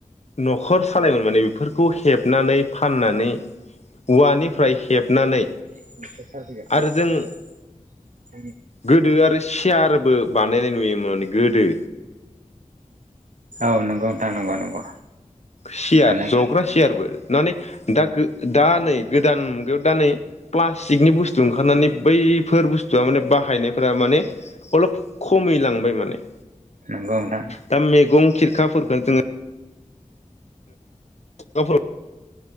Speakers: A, on the left (about 55°); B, on the right (about 75°).
A: न'खर सालायोमोन माने बेफोरखौ हेबनानै फाननानै औवानिफ्राय हेबनानै
B: <unintelligible>
A: आरो जों गोदो आरो सियारबो बानायनाय नुयोमोन गोदो
B: औ नंगौ नथां नंगौ नंगौ
A: सियार
B: सानो
A: जग्रा सियारबो माने दा दा नै गोदान मुगायाव दा नै प्लास्टिकनि बुस्थु ओंखारनानै बैफोर बुस्थुआ माने बाहायनायफोरा माने अलप खमै लांबाय माने
B: नगौ नोंथां
A: दा मैगं खिरखाफोरखौ जोङो औ